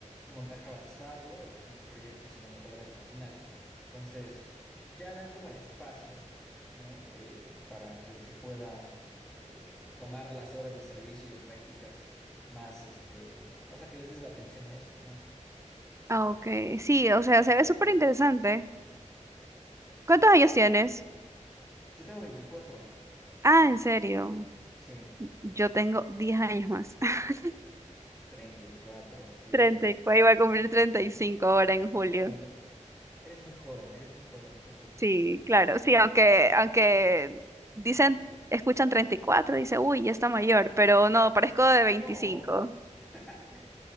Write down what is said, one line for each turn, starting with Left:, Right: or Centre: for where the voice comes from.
Centre: montaje avanzado y proyecto cinematográfico final. Entonces, ya dan como el espacio, ¿no? Eh, para que se pueda eh, tomar las horas de servicio y de prácticas más, este, o sea, que les des la atención a eso, más.
Right: Ah, ok. Sí, o sea, se ve súper interesante. ¿Cuántos años tienes?
Centre: Yo tengo veinticuatro
Right: Ah, en serio.
Centre: sí,
Right: Yo tengo 10 años más. <laughs>
Centre: treinta y cuatro ok.
Right: 34 iba a cumplir 35 ahora en julio.
Centre: Bueno, er- eres muy joven, eres muy joven, no te preocupes.
Right: Sí, claro. Sí, aunque, aunque dicen, escuchan 34, dice, uy, ya está mayor, pero no, parezco de 25.
Centre: No, <laughs>